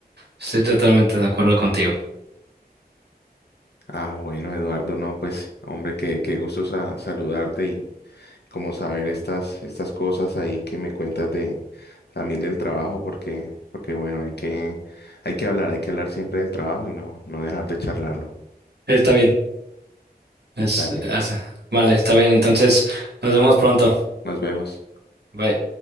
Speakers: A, on the right; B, on the left.
A: Estoy totalmente de acuerdo contigo.
B: Ah, bueno, Eduardo, no, pues, hombre, qué, qué gusto sa- saludarte y como saber estas, estas cosas ahí que me cuentas de también del trabajo, porque, porque bueno, hay que, hay que hablar, hay que hablar siempre del trabajo y no, no dejar de charlarlo.
A: Está bien. Es,
B: Dale,
A: es- vale, está bien. Entonces, nos vemos pronto.
B: nos vemos.
A: Bye.